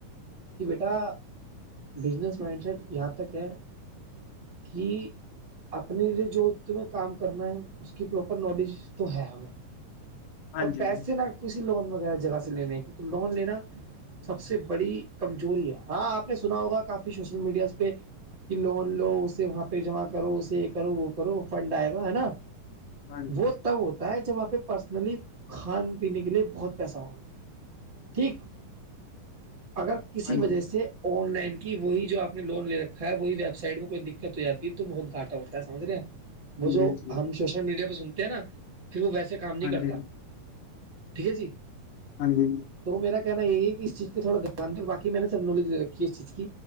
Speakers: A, on the right; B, on the left.
A: کہ بیٹا بزنس مائنڈ سیٹ یہاں تک ہے کہ اپنے لیے جو تمہیں کام کرنا ہے اس کی پراپر نالج تو ہے ہمیں
B: ہاں
A: اور
B: جی
A: پیسے نہ کسی لون وغیرہ جگہ سے لینے ہیں کیونکہ لون لینا سب سے بڑی کمزوری ہے ہاں آپ نے سنا ہوگا کافی سوشل میڈیاز پہ کہ لون لو اسے وہاں پہ جمع کرو اسے یہ کرو وہ کرو فنڈ آئے گا ہے نا
B: ہاں جی
A: وہ تب ہوتا ہے جب وہاں پہ پرسنلی کھان پینے کے لیے بہت پیسہ ہوگا ٹھیک اگر کسی
B: ہاں جی
A: وجہ سے آن لائن کی وہی جو آپ نے لون لے رکھا ہے وہی ویب سائٹ میں کوئی دقت ہو جاتی ہے تو بہت گھاٹا ہوتا ہے سج رہے ہیں وہ
B: جی
A: جو
B: جی
A: ہم سوشل میڈیا پہ سنتے ہیں نا پھر وہ ویسے کام نہیں
B: ہاں
A: کرتا
B: جی
A: ٹھیک ہے جی
B: ہاں جی
A: تو میرا کہنا یہی ہے کہ اس چیز پہ تھوڑا دھیان دیں اور باقی میں نے سب نالج دے رکھی اس چیز کی